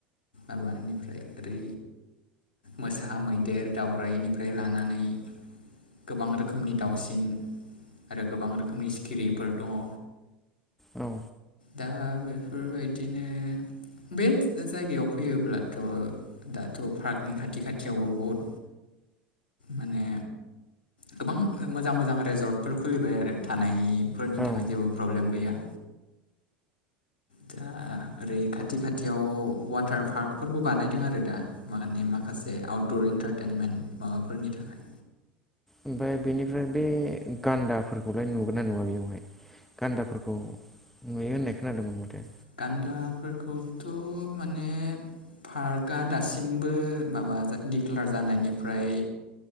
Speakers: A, on the left; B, in the centre.
A: आबादनिफ्राय ओरै मोसा मैदेर दावउरायाइनिफ्राय लानानै गोबां रोखोमनि दाउसिन आरो गोबां रोखोमनि सिखिरिफोर दङ
B: औ
A: दा बेफोरबायदिनो बे जायगायाव फैयोब्ला थ' दाथ' प्राकनि खाथि खाथियावबो बहुद माने गोबां मोजां मोजां रेजर्टफोर खुलिबाय आरो थानायफोरनि
B: औ
A: थाखाय जेबो प्रब्लेम गैया। दा ओरै खाथि खा थिआव अवाटार पार्कफोरबो बानायदों आरो दा मे माखासे आउटदर एन्टारटेनमेन्ट माबाफोरनि थाखाय
B: ओमफाय बेनिफ्राय बे गान्दाफोरखौलाय नुगोनना नुवा बेयावहाय गान्दाफोरखौ नुयो होनाय खोनादोंमोन माथो
A: गान्दाफोरखौथ' माने पार्कआ दासिमबो माबा दिडक्लार जानायनिफ्राय